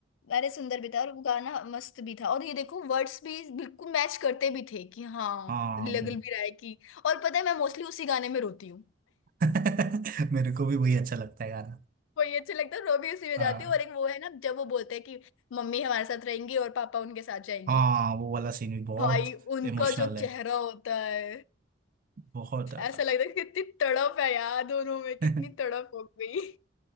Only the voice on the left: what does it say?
अरे सुंदर भी था और वो गाना मस्त भी था और ये देखो वर्ड्स भी बिल्कुल मैच करते भी थे कि हाँ
लग
भी रहा है कि और पता है मैं मोस्टली उसी गाने में रोती हूँ
वही अच्छा लगता है रो भी उसी में
जाती हूँ और एक वो है ना जब वो बोलते हैं कि मम्मी हमारे साथ रहेंगी और पापा उनके साथ जाएंगे
भाई उनका
जो
चेहरा होता है
ऐसा लगता है कितनी तड़प है यार दोनों में कितनी
तड़प हो गई